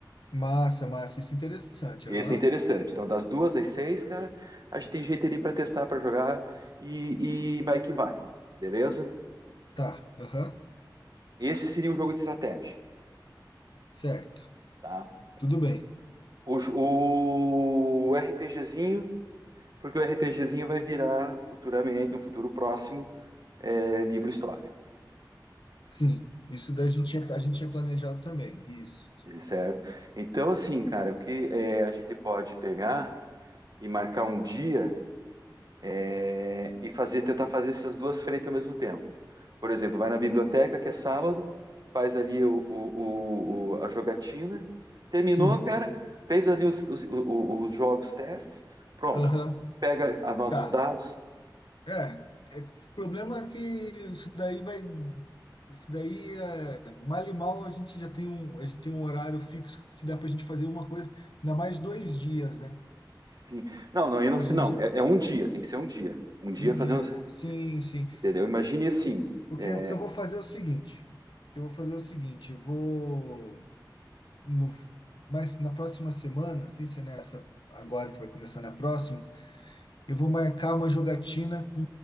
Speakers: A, on the left (about 75°); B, on the right (about 55°).
A: massa, massa, isso é interessante,
B: Esse
A: aham,
B: é interessante. Então, das duas às seis, cara, a gente tem gente ali para testar, para jogar e, e vai que vai, beleza?
A: tá, aham,
B: Esse seria o jogo de estratégia,
A: certo,
B: tá?
A: tudo bem,
B: O, o RPGzinho, porque o RPGzinho vai virar futuramente, no futuro próximo, é, livro história.
A: sim, isso daí a gente tinha, a gente tinha planejado também, isso,
B: certo? Então, assim, cara, o que é, a gente pode pegar e marcar um dia é, e fazer, tentar fazer essas duas frentes ao mesmo tempo. Por exemplo, vai na biblioteca, que é sábado, faz ali o, o- o- o- a jogatina, terminou,
A: sim,
B: cara, fez ali os, os- o- os jogos, testes, pronto.
A: aham,
B: Pega, anota
A: tá.
B: os dados.
A: É, é, o problema é que isso daí vai. Isso daí é mal e mal a gente já tem um, a gente tem um horário fixo que dá pra gente fazer uma coisa, ainda mais dois dias, né?
B: Sim. Não, não, aí não,
A: Hoje
B: não,
A: em dia,
B: é, é um dia, tem que ser um dia. Um dia
A: um
B: fazendo,
A: dia, né? Sim, sim.
B: entendeu? Imagine assim.
A: O
B: é,
A: que, o que eu vou fazer é o seguinte. O que eu vou fazer é o seguinte, eu vou no, mas na próxima semana, assim, se nessa agora que vai começar na próxima, Eu vou marcar uma jogatina com